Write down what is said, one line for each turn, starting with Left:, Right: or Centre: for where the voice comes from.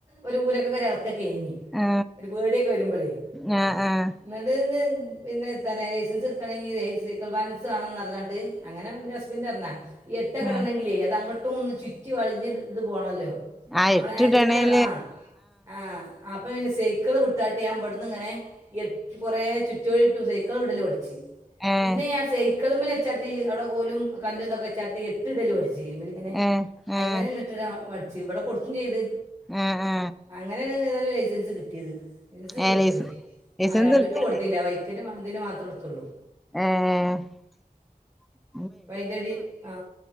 Right: ഒരു ഊരൊക്കെ ഒരളക്കക്കേങ്ങി
Centre: ആഹ്
Right: ഒരു പേടിക്കെ വരുമ്പളേ
Centre: ആഹ് ആഹ്
Right: ന്നിട്ട്ന്നെ പിന്നെത്ത ലൈസൻസ് ട്ക്കണെങ്കി ലൈ സൈക്കിൾ ബാലൻസ് വാണന്നർ ന്നങ്ങട്ട് അങ്ങനെ ന്റെ ഹസ്ബന്റർഞ്ഞാ എട്ടക്കടണെങ്കിലേ
Centre: ആഹ്
Right: അത് അങ്ങ ട്ടുംഒന്ന് ചുറ്റി വളഞ്ഞ് ഇത് പോണല്ലോ
Centre: ആ
Right: നമ്മളെ
Centre: എട്ടിടണേല്
Right: ഹാന്റിൽമലാൺലാ ആഹ് ആഹ് അപ്പൊ പിന്നെ സൈക്ക്ള് കിട്ടായ്ട്ട് ഞാം ബ്ട്ന്ന് ങ്ങനെ എൺ കൊറെ ചുറ്റുവഴിട്ടു സൈക്കള് വിടല് പഠിച്ച്
Centre: ഏഹ്
Right: പിന്നെ ഞാസൈക്ക്ള്മ്മല്ച്ചാട്ടി അവ്ടെ കോലും കല്ലുതൊക്കെ ലാത്രി എട്ട്ടൽ പട്ച്ച് അയ്മന്ന്ങ്ങനെ
Centre: ഏഹ്
Right: അയ്മലന്ന്ട്ട്
Centre: ഏഹ്
Right: ആ പട്ച്ച് ഇപടെ കൊട്ക്കും ചിത്
Centre: ആഹ് ആഹ്
Right: അങ്ങനെതാലും ലൈസൻസ് കിട്യേത് നസ്
Centre: ഏഹ്
Right: ട്ത്ത്ണ്
Centre: ലൈസ ലൈസൻസ്
Right: ആഹ് രണ്ടിന്റേം
Centre: എടുത്ത്ണ്
Right: കൊട്ത്തില്ല ബൈക്ക് ഇതിൻ്റെ മാ തിനെ മാത്രം എട്ത്തുള്ളൂ
Centre: ആഹ് ആഹ്
Right: അയ്ന്റടി ആ